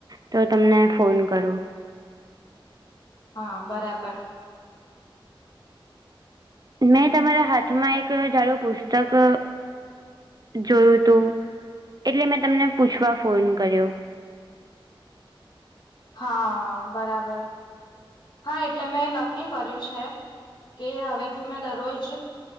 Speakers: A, on the right; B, on the left.
A: તો તમને ફોન કરો.
B: હા બરાબ.
A: મેં તમારા હાથમાં એક જાડું પુસ્તક જોયું હતું એટલે મેં તમને પૂછવા ફોન કર્યો.
B: હા, બરાબર. હા, એટલે મેં નક્કી કર્યું છે કે, હવેથી મેં દરરોજ.